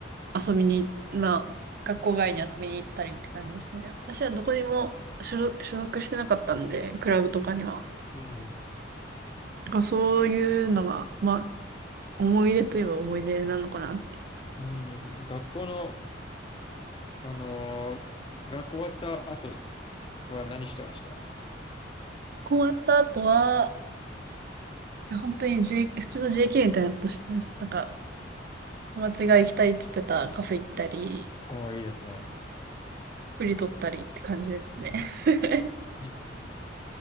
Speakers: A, on the right; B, on the left.
A: 遊びに、まあ、学校外に遊びに行ったりって感じでしたね。私はどこにも所属、所属してなかったんで、クラブとかには。
B: うん。
A: なんかそういうのが、まあ、思い出といえば思い出なのかなって。
B: 学校の、あのー学校終わった後は何してました
A: こう終わった後は、本当に、J、普通の JK みたいなことしてますなんか、友達が行きたいって言ってたカフェ行ったり、
B: おー、いいですね。
A: プリ取ったりって感じですね。<laughs>
B: いいうん。